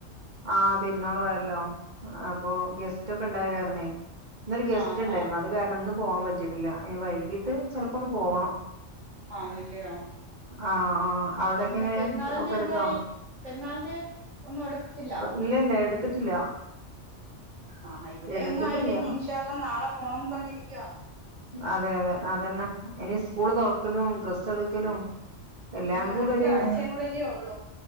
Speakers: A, on the right; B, on the right.
A: ആഹ് പെരുന്നാളു ആയല്ലോ അപ്പൊ ഗെസ്റ്റ് ഒക്കെഇണ്ടായ കാരണേ ഇന്നൊരു ഗെസ്റ്റ്
B: ആ ഹാ
A: ഇണ്ടായിരുന്നു അത് കാരണം ഇന്ന് പോവാൻ പറ്റിട്ടില്ല ഇന് വൈകീട്ട് ചെലപ്പോ ഒന്ന് പോവണം
B: ആന്നില്ലയോ
A: ആഹ് ആഹ് അവിടെക്കെഎങ്ങനേ
B: പിന്നെ പെരുന്നാളിന്റെ
A: ഒക്കെടുത്തോ
B: എന്തായി പെരുന്നാളിന്റെ ഒന്നും എടുത്ത്ല്ല
A: ഇല്ല ഇല്ല എടുത്തിട്ടില്ല
B: ആഹാ ഇവിടെയൊന്നും
A: എടുത്തിട്ടില്ല
B: ആയില്ല ഇനി ഇൻഷാഅള്ളാഹ് നാളെ പോണംന്ന് പറഞ്ഞിരിക്കുവാ
A: അതെ അതെ അതന്നെ ഇനി സ്കൂള് തൊറക്കലും ഡ്രസ്സ് എടുക്കലും എല്ലാം
B: ഇനി ഒരൊറ്റ
A: കൂടെ ഒര്
B: ആഴ്ചയും കൂടെയല്ലേ ഉള്ളൂ